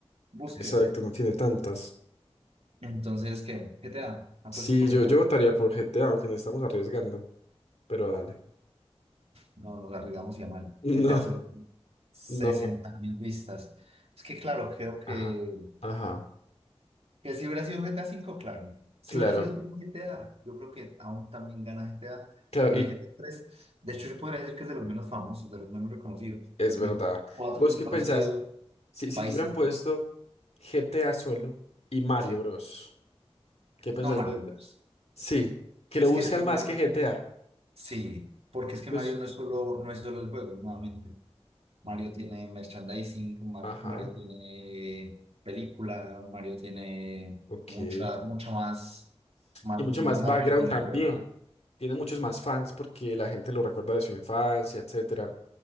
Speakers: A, on the right; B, on the left.
A: búsquedas.
B: Exacto, no tiene tantas.
A: Entonces, ¿qué? GTA, apuestas
B: Sí,
A: por
B: yo,
A: GTA.
B: yo votaría por GTA, aunque nos estamos arriesgando. Pero dale.
A: No, nos arriesgamos y a mal.
B: <laughs>
A: GTA
B: No,
A: solo 60
B: no.
A: mil vistas. Es que claro, creo que
B: Ajá. Ajá.
A: Que si hubiera sido GTA V, claro. Si
B: Claro.
A: hubiera sido solo GTA, yo creo que aún también gana GTA.
B: Claro,
A: Pero
B: y,
A: el GTA 3, de hecho, yo podría decir que es de los menos famosos, de los menos reconocidos.
B: Es verdad.
A: El cuatro
B: ¿Vos
A: es muy
B: qué
A: conocido,
B: pensás? Si,
A: Vice
B: si te hubieran
A: City,
B: puesto GTA solo y Mario
A: sí.
B: Bros. ¿Qué pensás
A: No, Mario
B: de...?
A: Bros.
B: Sí, que lo
A: Es
B: buscan
A: que, es que
B: más
A: Mario,
B: que GTA.
A: sí, porque
B: Incluso.
A: es que Mario no es solo, no es solo el juego, nuevamente. Mario tiene merchandising, Mar-
B: Ajá,
A: Mario tiene película, Mario tiene
B: ok.
A: mucha, mucha más, más
B: Y mucho
A: marketing
B: más background también.
A: alrededor.
B: Tiene muchos más fans porque la gente lo recuerda de su infancia, etcétera.